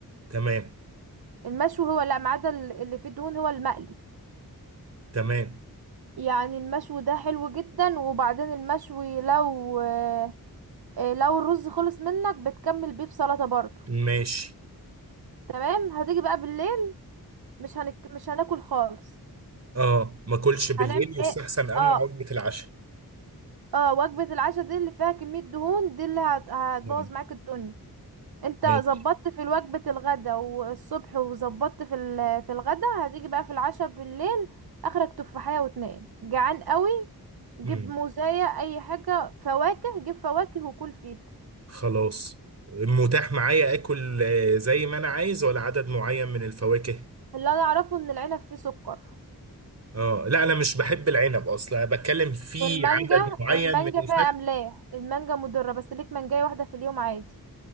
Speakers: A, on the right (about 45°); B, on the right (about 80°).
A: تمام
B: المشوي هو لا ما عدا ال- اللي فيه دهون هو المقلي
A: تمام
B: يعني المشوي ده حلو جدا وبعدين المشوي لو آه، آه، لو الرز خلص منك بتكمل بيه بسلطة برضو
A: ماشي
B: تمام هتيجي بقى بالليل مش هنك... مش هناكل خالص
A: اه ما اكلش بالليل
B: هنعمل
A: يستحسن
B: ايه
A: امنع
B: اه
A: وجبه العشاء
B: اه وجبة العشاء دي اللي فيها كمية دهون دي اللي هت- هتبوظ
A: مم.
B: معاك الدنيا انت
A: ماشي
B: ظبطت في وجبة الغدا والصبح وظبطت في ال- في الغدا هتيجي بقى في العشاء بالليل اخرك تفاحية واتنين جعان قوي جيب
A: مم.
B: موزاية اي حاجة فواكه جيب فواكه وكل فيها
A: خلاص متاح معايا اكل آه، زي ما انا عايز ولا عدد معين من الفواكه
B: اللي انا اعرفه ان العنب فيه سكر
A: اه لا انا مش بحب العنب اصلا أنا بتكلم في
B: والمانجا
A: عدد معين
B: المانجا
A: من الفاكهه
B: فيها املاح المانجا مضرة بس ليك مانجاية واحدة في اليوم عادي